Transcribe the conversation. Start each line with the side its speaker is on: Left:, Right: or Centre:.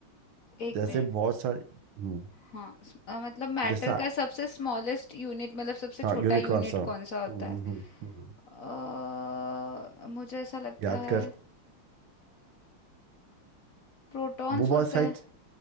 Left: एक
Right: जैसे
Left: मिनट
Right: बहुत सारे हम्म,
Left: हाँ स- अ, मतलब मैटर
Right: जैसा
Left: का सबसे स्मॉलेस्ट यूनिट मतलब सबसे
Right: हाँ
Left: छोटा
Right: यूनिकॉर्न
Left: यूनिट
Right: सा हम्म
Left: कौन सा होता है
Right: हम्म, हम्म, हम्म।
Left: अ, मुझे ऐसा लगता
Right: याद
Left: है
Right: कर
Left: प्रोटॉन्स
Right: वो बहुत
Left: होते
Right: सारी
Left: हैं
Right: च-